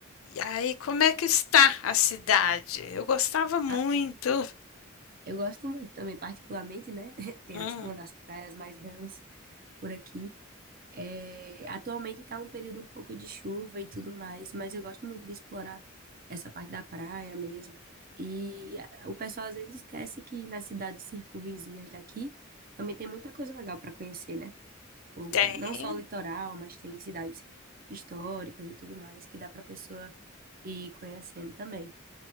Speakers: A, on the left; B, on the right.
A: E aí, como é que está a cidade? Eu gostava muito.
B: Ah, eu gosto muito também, particularmente, né? <laughs> Tem
A: Hum,
B: as- uma das praias mais belas por aqui. É, atualmente tá um período um pouco de chuva e tudo mais, mas eu gosto muito de explorar essa parte da praia mesmo. E ah, o pessoal às vezes esquece que nas cidades circunvizinhas daqui também tem muita coisa legal para conhecer, né? Tipo,
A: tem.
B: não só o litoral, mas tem cidades históricas e tudo mais que dá pra pessoa ir conhecendo também.